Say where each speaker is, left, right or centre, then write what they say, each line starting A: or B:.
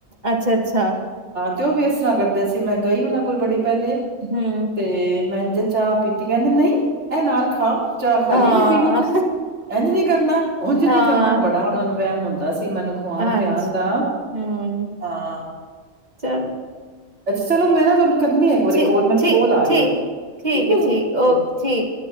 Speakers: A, on the right; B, on the right.
A: ਅੱਛਾ, ਅੱਛਾ।
B: ਤੇ ਉਹ ਵੀ ਇਸ ਤਰ੍ਹਾਂ ਕਰਦੇ ਸੀ, ਮੈਂ ਗਈ ਉਹਨਾਂ ਕੋਲ ਬੜੀ ਪਹਿਲੇ
A: ਹੂੰ।
B: ਤੇ ਮੈਂ ਇੰਝ ਚਾਹ ਪੀਤੀ, ਕਹਿੰਦੇ ਨਹੀਂ ਇਹ ਨਾਲ ਖਾ। ਚਾਹ ਖਾਲੀ
A: ਹਾਂ
B: ਨੀ ਪੀਣੀ ਤੂੰ, ਇੰਝ ਨੀ ਕਰਨਾ, ਉੰਝ ਨੀ
A: ਹਾਂ
B: ਕਰਨਾ, ਬੜਾ ਉਹਨਾਂ ਨੂੰ ਵਹਿਮ ਹੁੰਦਾ ਸੀ, ਮੈਨੂੰ ਖਵਾਣ
A: ਹਾਂਜੀ।
B: ਪਿਆਣ ਦਾ,
A: ਹੂੰ।
B: ਹਾਂ।
A: ਚਲੋ।
B: ਅੱਛਾ ਚਲੋ ਮੈਂ ਨਾ ਤੁਹਾਨੂੰ ਕਰਨੀ ਆ ਇੱਕ ਵਾਰੀ
A: ਠੀ
B: ਕੋਲ ਮੈਨੂੰ
A: ਠੀ
B: ਕੋਲ ਆ
A: ਠੀ
B: ਰਹੀ, ਠੀਕ ਹੈ
A: ਏ ਠੀਕ ਓਕੇ
B: ਜੀ।
A: ਠੀਕ।